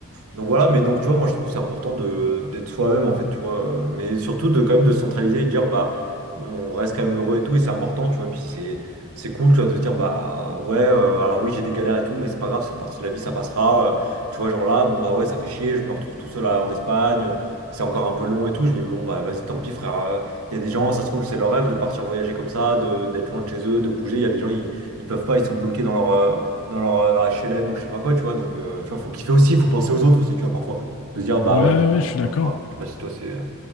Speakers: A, on the right; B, on the left.
A: donc voilà, mais donc tu vois, moi je trouve que c'est important de d'être soi-même en fait, tu vois, euh, mais surtout de quand même de se centraliser et de dire bah on reste quand même heureux et tout, et c'est important, tu vois, et puis c'est c'est cool, tu vois, de se dire bah ouais, euh, alors oui, j'ai des galères et tout, mais c'est pas grave, ça fait partie de la vie, ça passera, euh, tu vois, genre là, bon bah ouais, ça fait chier, je me retrouve tout seul à- en Espagne, c'est encore un peu long et tout, je dis bon bah vas-y, tant pis frère, il y a des gens, ça se trouve, c'est leur rêve de partir voyager comme ça, de, d'être loin de chez eux, de bouger. Il y a des gens, ils, ils peuvent pas, ils sont bloqués dans leur, euh, dans leur, euh, leur HLM ou je sais pas quoi, tu vois. Donc, euh, tu vois, faut kiffer aussi, faut penser aux autres aussi, tu vois, parfois. De se dire, bah
B: Ouais,
A: ouais,
B: ouais,
A: peut-être
B: ouais, je
A: que
B: suis
A: les
B: d'accord.
A: gens, c'est pas grave. je sais pas si toi, c'est. euh,